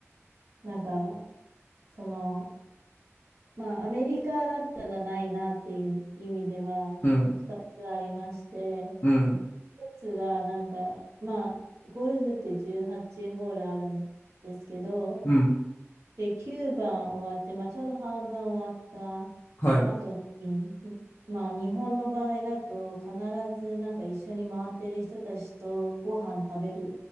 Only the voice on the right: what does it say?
なんか、その、まあ、アメリカだったらないなっていう意味では、
2つありまして、
1つがなんか、まあ、ゴルフって18ホールあるんですけど、
で、9番終わって、まあ、ちょうど半分終わった
後に、まあ、日本の場合だと、必ずなんか一緒に回ってる人たちとご飯食べる